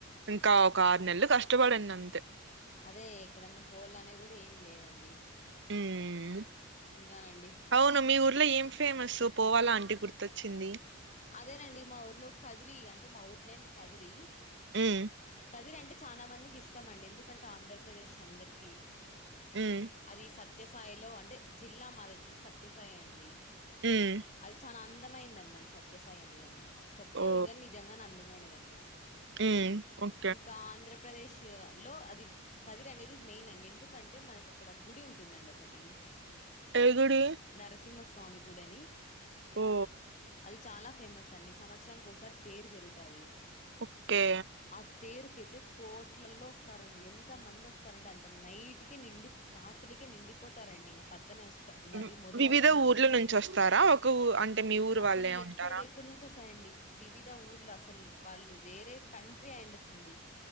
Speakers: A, on the right; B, on the left.
A: ఇంకా ఒక ఆరు నెలలు కష్టపడండి అంతే
B: అదే ఎక్కడన్నా పోల అనే కూడా ఏం లేదండి
A: అమ్
B: ఇంకానండి
A: అవును మీ ఊర్లో ఏం ఫేమస్ పోవాలా ఆంటే గుర్తొచ్చింది
B: అదేనండి మా ఊర్లో కదిరి అంటే మా ఊరు నేమ్ కదిరి
A: ఆమ్
B: కదిరి అంటే చాలా మందికి ఇష్టం అండి ఎందుకంటే ఆంధ్రప్రదేశ్ అందరికి
A: అమ్
B: అది సత్యసాయిలో అంటే జిల్లా మాదొచ్చి సత్యసాయి అండి
A: ఉమ్
B: అది చానా అందమైంది అనమాట సత్యసాయి అనేది అనమాట చెప్పుకోకూడదుగాని
A: ఓ
B: నిజంగానే అందమైనదండి
A: ఊ ఓకే
B: ఇంకా ఆంధ్రప్రదేశ్ లో అది కదిరి అనేది మెయిన్ అండి ఎందుకంటే మనకు అక్కడ గుడి ఉంటుందండి ఒకటి
A: ఏ గుడి
B: నరసింహస్వామి గుడి
A: ఓ
B: అది చాలా ఫేమస్ అండి సంవత్సరానికి ఒకసారి తేరు జరుగుతది
A: ఓకే
B: ఆ తేరుకైతే కోట్లల్లో వస్తారండి ఎంత మంది వస్తారండి అంత నైట్ కె నిండి రాత్రికే నిండిపోతారండి ఇగ పద్దన ఇగ
A: వి
B: అది మొదలవుతుందనో
A: వివిధ ఊర్ల నుంచి వస్తారా ఒక ఊ అంటే మీ ఊరు
B: అసలు
A: వాళ్ళే
B: ఎక్కడ
A: ఉంటారా
B: ఎక్కడి నుంచి వస్తాయండి వివిధ ఊర్లు అసలు వాళ్ళు వేరే కంట్రీ అయిండొచ్చండి